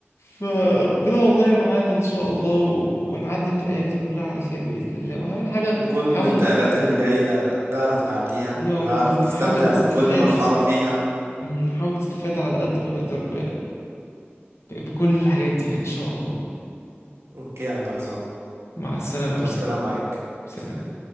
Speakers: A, on the left (about 85°); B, on the right (about 80°).
A: فربنا والله معانا ان شاء الله و- ونعدي من الايام دي كلها على خير باذن الله واهم حاجه
B: وكل
A: نحاول
B: الانتقالات
A: نس-
B: اللي جاية نعرف نعديها
A: يا
B: ونعرف
A: رب ونحاول
B: نستمتع
A: نستفاد
B: بكل مرحلة فيها
A: مم، نحاول نستفاد على قد ما نقدر ب... ب... بكل الحاجات دي يعني ان شاء الله
B: أوكي يا عم عصام
A: مع السلامه
B: ربنا
A: يا ارسلان
B: معاك
A: سلام
B: سلام